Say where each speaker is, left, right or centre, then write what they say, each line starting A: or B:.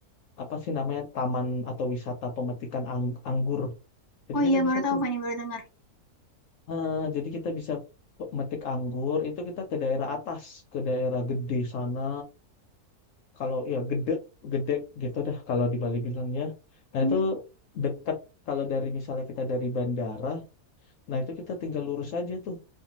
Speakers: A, on the left (about 65°); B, on the left (about 20°).
A: apa sih namanya taman atau wisata pemetikan ang- anggur. Jadi
B: Oh
A: kita
B: iya baru
A: bisa
B: tahu
A: tuh,
B: Fani baru dengar.
A: eh, jadi kita bisa pe- metik anggur itu kita ke daerah atas, ke daerah gede sana. Kalau ya gede, gedek gitu dah kalau di Bali bilangnya. Nah
B: Hmm.
A: itu dekat kalau dari misalnya kita dari bandara, nah itu kita tinggal lurus aja tuh,